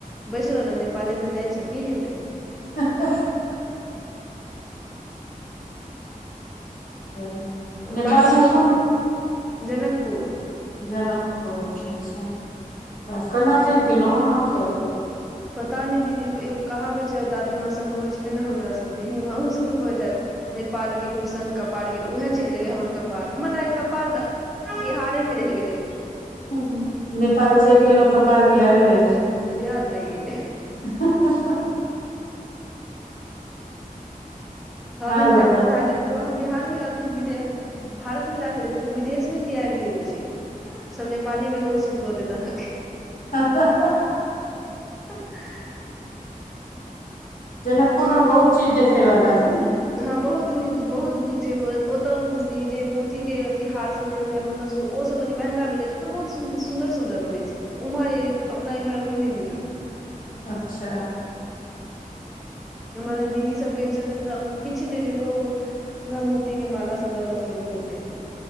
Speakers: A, in the centre; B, on the left.
A: बैस रह ने नेपाले तऽ जाइ छै की हेतै
B: ह चलू नेपाल
A: बारिश
B: मे
A: होइया
B: कोन
A: कि नहि जनकपुर
B: जनकपुर अच्छा वाह केना चलि गेलौं अहाँ ओतऽ के
A: <unintelligible> दीदी एगो कहावत छै दादी माँ सब कहै छले ने हमरा सबके <unintelligible> अहूँ सब कहैत हैत नेपाल गेलु संग कपार गेलु उएह चलि गेलै हमर कपार हमरा लागे कपार बिहारे मे रहि गेलै
B: हूं नेपाल चलि गेलौं कपार बिहारे रहि गेल।
A: बिहार रहि गेलै
B: हा हा
A: हबिन
B: हा आर
A: जे
B: बताबू
A: <unintelligible> अहाँ बिहार मे अथी विदे भारत मे जाके रहते ने ई विदेश मे की आइब गेल छि। सब नेपाली मे घोषित कऽ देत अहाँके
B: हा हा हा
A: हं
B: जनकपुरमे बहुत चीज देखै बला छै नै?
A: हँ बहुत नीक बहुत नीक छै ओतो ई जे मोती के अथी हार सब जेना होयै मंगल सूत्र ओ सब कनि महंगा मिलै छै पर बहुत सुन्दर सुन्दर रहै छै उम्हर अपना इम्हर ओहन नइ मिलत
B: अच्छा
A: तऽ हमर जे दीदी सब गेल छलखिन स किछ नइ लेल <unintelligible> तऽ उ उहे मोती के माला सब लऽ लऽ के एलै बहुते